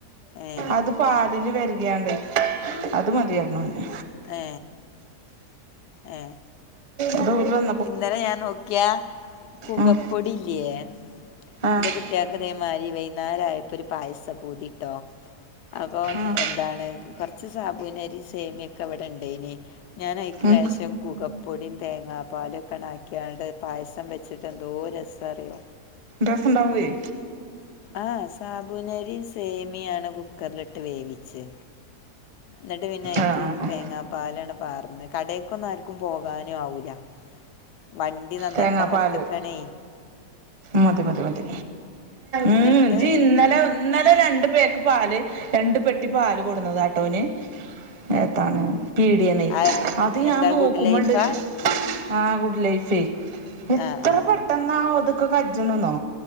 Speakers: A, on the left; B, on the right.
A: ഏഹ്
B: അത് പാലിൽ വരികയായണ്ട് അത് മതിയായിരുന്നു ന്ന്
A: ഏ ഏ
B: അത് ഓല് വന്ന്
A: ഇന്നലെ ഞാൻ നോക്കിയാ കുകപ്പൊടി
B: ഉം
A: ഇല്ലയേ
B: ആഹ്
A: എന്റെ കുട്ടികള്ക്ക് ഇതേമാതിരി വൈകുന്നേരായപ്പോ ഒരു പായസ പൂതിട്ടോ അപ്പൊ
B: ആഹ്
A: എ- ഇതാണ് കൊറച്ച് സാബുവിനരി സേമിയൊക്കെ അവിടെ ഇണ്ട് അയിന് ഞാൻ അയിക്ക്
B: ഉം
A: ലേശം കൂകപ്പൊടിയും തേങ്ങാപ്പാലൊക്കെണാക്കി- യാണ്ട് പായസം വെച്ചിട്ട് എന്തോ രസ അറിയോ
B: രസവുണ്ടാവേയ്
A: ആഹ് സാബൂനരിം സേമിയാണ് കുക്കർലിട്ട് വേവിച്ച് എന്നിട്ട് പിന്നെ അയ്ക്ക്
B: ആഹ് ആഹ് ആഹ്
A: തേങ്ങാപ്പാല് ആണ്ട് പാർന്ന് കടേക്കൊന്നും ആർക്കും പോകാനു ആവൂല വണ്ടി നന്നാക്കാൻ
B: തേങ്ങാപ്പാല്
A: കൊടുത്തക്കാണേയ്
B: മതി മതി മതി ഉം
A: എന്നിട്ട്
B: ജി ഇന്നലെ ഇന്നലെ രണ്ട് പേക്ക് പാല് രണ്ട് പെട്ടി പാല് കൊടുന്നതാട്ടോ ഓന്
A: ആ
B: എന്താണ് പേടിയാണെ
A: ആ
B: അത് ഞാൻ
A: എന്താ
B: നോക്കുമ്പയുണ്ട്
A: ഗുഡ് ലൈഫാ?
B: ആ ഗുഡ് ലൈഫെയെ എത്ര
A: ആ ആ
B: പെട്ടെന്നാ
A: ആ.
B: അതൊക്കെ കജ്ജ്ണ്ന്നോ